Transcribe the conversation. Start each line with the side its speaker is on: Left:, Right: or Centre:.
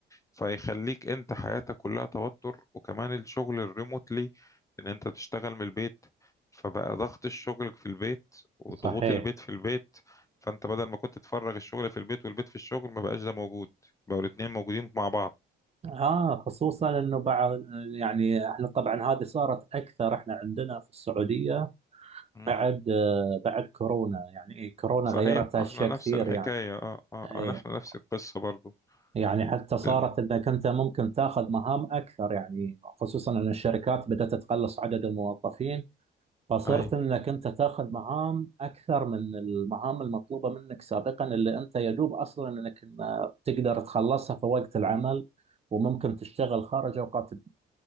Left: فيخليك انت حياتك كلها توتر وكمان الشغل الريموتلي ان انت تشتغل من البيت فبقى ضغط الشغل في البيت وضغوط
Right: صحيح
Left: البيت في البيت فانت بدل ما كنت تفرغ الشغل في البيت والبيت في الشغل ما بقاش ده موجود بقوا الاتنين موجودين مع بعض
Right: اه خصوصا انه بعض يعني احنا طبعا هذه صارت اكثر احنا عندنا في السعوديه
Left: مم.
Right: بعد آه بعد كورونا يعني إيه، كورونا
Left: صحيح
Right: غيرت اشياء
Left: ما احنا نفس
Right: كثير
Left: الحكاية
Right: يعني
Left: اه اه
Right: إيه.
Left: آه، احنا نفس القصة برضو
Right: يعني حتى صارت
Left: ال- مم.
Right: انك انت ممكن تاخذ مهام اكثر يعني خصوصا ان الشركات بدات تقلص عدد الموظفين فصرت
Left: ايوه
Right: انك انت تاخذ مهام اكثر من المهام المطلوبه منك سابقا اللي انت يدوب اصلا انك إن- تقدر تخلصها في وقت العمل وممكن تشتغل خارج اوقات ال-